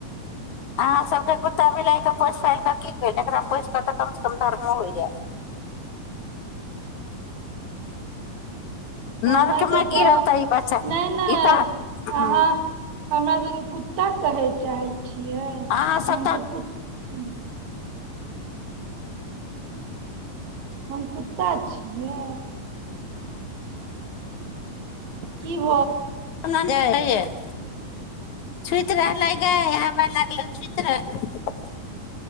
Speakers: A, on the left (about 60°); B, on the right (about 55°).
A: अहाँ सभके कुत्ता बिलाइ कऽ पोसि फालि कऽ की भेल एकरा पोसि कऽ तऽ कमसँ कम धरमे हो जायत
B: हमरा
A: नरकमे
B: सबके
A: गिरत
B: अहाँ
A: ई बाछा
B: नहि नहि
A: ई तऽ
B: अहाँ
A: ह
B: हमरा ज कुत्ता कहै चाहै छियै कि
A: अहाँ सब
B: हमस
A: तऽ
B: क ह हम कुत्ता छियै की भ
A: ै छूति रहलै गावा लागलै छूति रहल